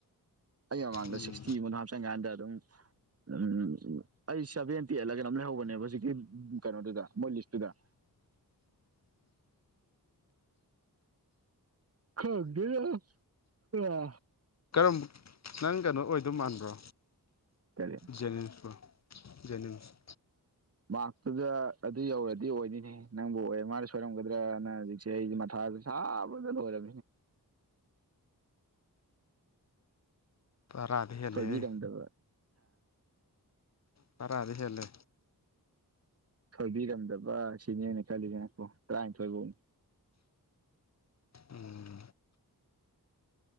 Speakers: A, on the right; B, on the left.
A: ꯑꯩ ꯃꯃꯥꯡꯗ
B: ꯎꯝ
A: ꯁꯤꯛꯁꯇꯤ ꯑꯃꯗ ꯍꯥꯞꯆꯟ ꯀꯥꯟꯗ ꯑꯗꯨꯝ ꯎꯝ ꯑꯩ ꯁꯦꯚꯦꯟꯇꯤ ꯑꯩꯠꯂꯒꯅ ꯂꯩꯍꯧꯕꯅꯦꯕ ꯍꯧꯖꯤꯛꯀꯤ ꯀꯩꯅꯣꯗꯨꯗ ꯃꯣꯏ ꯂꯤꯁꯇꯨꯗ ꯑꯟꯑꯣꯗꯤꯕꯜ ꯈꯔꯗ ꯋꯥ
B: ꯀꯔꯝ ꯅꯪ ꯀꯩꯅꯣ ꯑꯣꯏꯗꯧ ꯃꯥꯟꯕ꯭ꯔꯣ
A: ꯀꯔꯤ
B: ꯖꯦꯅꯤꯝꯁꯄꯨ ꯖꯦꯅꯤꯝꯁ
A: ꯃꯥꯔꯛꯇꯨꯗ ꯑꯗꯨ ꯌꯧꯔꯗꯤ ꯑꯣꯏꯅꯤꯅꯦ ꯅꯪꯕꯨ ꯑꯣꯏ ꯃꯥꯅ ꯁꯣꯏꯔꯝꯒꯗ꯭ꯔꯅ ꯍꯧꯖꯤꯛꯁꯦ ꯑꯩꯗꯤ ꯃꯊꯥ ꯁꯥꯗ ꯂꯔ
B: ꯇꯔꯥꯗꯤ ꯍꯦꯜꯂꯦꯍꯦ
A: ꯁꯣꯏꯕꯤ ꯇꯗꯕ
B: ꯇꯔꯗꯤ ꯍꯦꯜꯂꯦ
A: ꯊꯣꯏꯕꯤꯔꯝꯗꯕ ꯁꯤꯅꯦꯅ ꯈꯜꯂꯤꯁꯤꯅꯀꯣ ꯇꯔꯥꯅꯤꯊꯣꯏ ꯐꯧꯅꯤ
B: ꯎꯝ